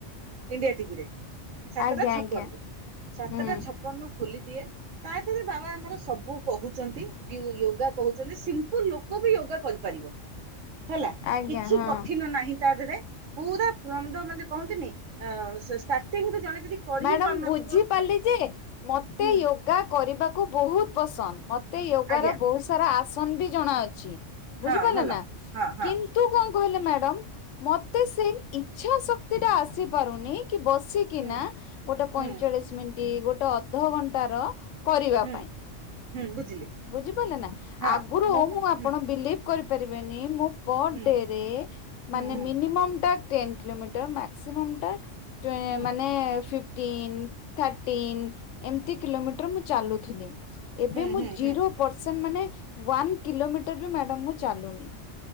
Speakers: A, on the right (about 80°); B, on the left (about 80°).
A: ଇଣ୍ଡିଆ ଟିଭିରେ ସାତଟା
B: ଆଜ୍ଞା
A: ଛପନ
B: ଆଜ୍ଞା
A: ରୁ ସାତଟା
B: ହୁଁ
A: ଛପନ ରୁ ଖୋଲି ଦିଏ ତା ଦେହରେ ବାବା ଆମର ସବୁ କହୁଛନ୍ତି ।ୟୋଗା କହୁଛନ୍ତି ସିମ୍ପଲ ଲୋକ ବି ୟୋଗା କରିପାରିବ। ହେଲା
B: ଆଜ୍ଞା
A: କିଛି
B: ହଁ
A: କଠିନ ନାହିଁ ତା ଦେହରେ। ପୁରା ଫ୍ରମ ଦ ମାନେ କହନ୍ତିନି ଷ୍ଟାର୍ଟିଂ ର ଜଣେ ଯଦି କରି
B: ମ୍ୟାଡାମ
A: ବି ପାରୁନଥିବ
B: ବୁଝିପାରିଲି ଯେ ମତେ
A: ହୁଁ
B: ୟୋଗା କରିବାକୁ ବହୁତ ପସନ୍ଦ ମତ ତେ ୟୋଗ
A: ଆଜ୍ଞା
B: ର ବହୁତ ସାରା ଆସ ନ ବି ଜଣା ଅଛି। ବୁଝିପାରିଲେ
A: ହଁ ଭଲ।
B: ନା
A: ହଁ ହଁ
B: କିନ୍ତୁ କଣ କହିଲେ ମ୍ୟାଡାମ ମତେ ସେଇ ଇଚ୍ଛା ଶକ୍ତି ଟା ଆସି ପାରୁନି କି ବସିକି
A: ହୁଁ
B: ନା ଗୋଟେ ପଇଁଚାଳିଶ
A: ହୁଁ
B: ମିନିଟ୍ ଗୋଟେ ଅଧଘଣ୍ଟା ତାର କରିବା
A: ହୁଁ
B: ପାଇଁ।
A: ହୁଁ ବୁଝିଲି
B: ବୁଝିପାରିଲେ ନା
A: ହଁ
B: ଆଗରୁ ମୁଁ ଆପଣ
A: ହୁଁ
B: ବିଲିଭ କରିପାରିବେନି ମୁଁ ପର
A: ହୁଁ
B: ଡେ ରେ ମାନେ
A: ହୁଁ ହୁଁ
B: ମିନିମ ଟା ଟେନ୍ କିଲୋମିଟର ମାକ୍ସିମମ୍ ଟା ଟ
A: ହୁଁ
B: ମାନେ ଫିଫ୍ ଟିନ୍ ଥାଟିନ୍ ଏମତି କିଲୋମିଟର ମୁଁ ଚାଲୁଥିଲି ଏବେ
A: ହୁଁ
B: ମୁଁ
A: ହୁଁ
B: ଜିରୋ
A: ହୁଁ
B: ପରସେଣ୍ଟ ମାନେ ୱାନ କିଲୋମିଟର ଇ ମ୍ୟାଡ଼ାମ ମୁଁ ଚାଲୁନି।